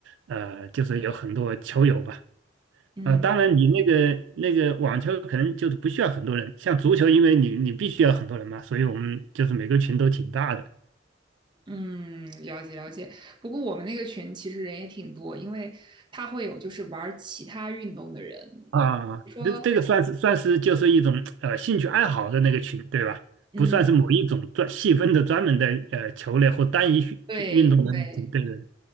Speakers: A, on the right; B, on the right.
A: 呃，就是有很多球友吧。
B: 嗯。
A: 啊，当然，你那个那个网球可能就是不需要很多人，像足球，因为你你必须要很多人嘛，所以我们就是每个群都挺大的
B: 嗯，了解了解。不过我们那个群其实人也挺多，因为他会有就是玩儿其他运动的人，
A: 啊。
B: 说
A: 这这个算是算是就是一种呃兴趣爱好的那个群，对吧？
B: 嗯，
A: 不算是某一种专细分的专门的呃球类或单一运运动的那种，
B: 对对
A: 对对，